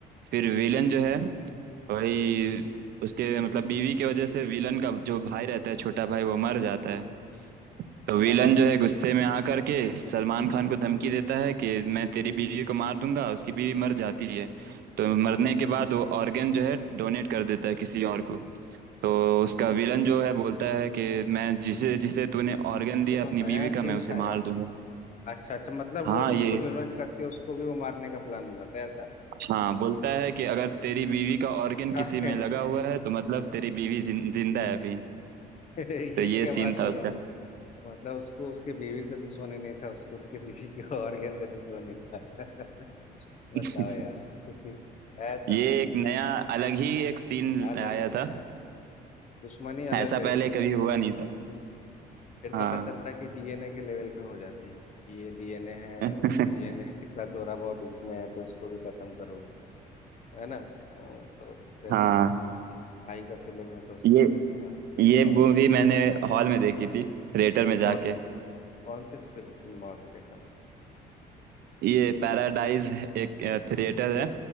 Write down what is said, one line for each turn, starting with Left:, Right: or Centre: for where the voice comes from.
Right: फिर विलन जो है वही उसके मतलब बीवी की वजह से विलन का जो भाई रहता है छोटा भाई वो मर जाता है तो विलन
Left: अच्छा
Right: जो
Left: अच्छा
Right: है गुस्से में आकर के सलमान खान को धमकी देता है कि मैं तेरी बीवी को मार दूंगा उसकी बीवी मर जाती है तो मरने के बाद वो ऑर्गेन जो है डोनेट कर देता है किसी और को तो
Left: ओहो,
Right: उसका विलन जो है बोलता है कि मैं जिसे जिसे तूने ऑर्गेन दिया
Left: ये तो
Right: अपनी
Left: नया
Right: बीवी का
Left: थीम
Right: मैं उसे
Left: था
Right: मार दूंगा
Left: अच्छा अच्छा मतलब
Right: हाँ
Left: वो जिसको
Right: ये
Left: डोनेट करते हैं उसको भी वो मारने का प्लान बनाते हैं ऐसा
Right: हाँ बोलता है कि अगर तेरी बीवी का ऑर्गन
Left: अरे,
Right: किसी में लगा हुआ है तो मतलब तेरी बीवी जिन, जिंदा है अभी
Left: <laughs> ये
Right: तो ये
Left: क्या बात
Right: सीन
Left: हुई
Right: था
Left: यार
Right: उसका
Left: मतलब उसको उसके बीवी से दुश्मनी नहीं था उसको उसके बीवी के ऑर्गन से दुश्मनी था <laughs> बताओ
Right: <laughs>
Left: यार <laughs> ऐसा
Right: ये एक नया अलग ही एक सीन
Left: अलग
Right: आया
Left: ही था
Right: था
Left: इनका दुश्मनी अलग
Right: ऐसा
Left: लेवल
Right: पहले
Left: पे
Right: कभी
Left: मतलब
Right: हुआ नहीं था
Left: फिर
Right: हाँ
Left: पता चलता कि डीएनए के लेवल पे हो जाती कि ये डीएनए है
Right: <laughs>
Left: उस डीएनए का थोड़ा बहुत इसमें है तो इसको भी खत्म करो है ना तो, तो फिर
Right: हाँ
Left: भाई का फिल्म है तो उसका
Right: ये
Left: तो थोड़ा अजूबा
Right: ये मूवी
Left: होता है
Right: मैंने हॉल में देखी थी थिएटर में जाके
Left: कौन कौन से फि- सिनेमा हॉल में देखा
Right: ये पैराडाइज एक थिएटर है